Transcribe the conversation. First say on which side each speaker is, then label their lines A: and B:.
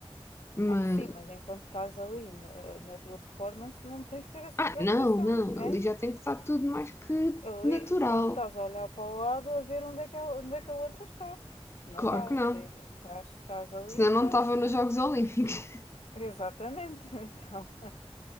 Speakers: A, on the left; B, on the left.
A: Mas.
B: Ah, sim, mas enquanto estás ali na, na tua performance, não tens de ter essa
A: Ah,
B: preocupação,
A: não, não,
B: né?
A: ali já tem que estar tudo mais que
B: Ali
A: natural.
B: não estás a olhar para o lado a ver onde é que, ela- onde é que a outra está. Não
A: Claro
B: dá.
A: que não.
B: Tem, estás, estás ali,
A: Senão
B: estás.
A: não estavam nos Jogos Olímpicos.
B: Exatamente. <laughs> Então,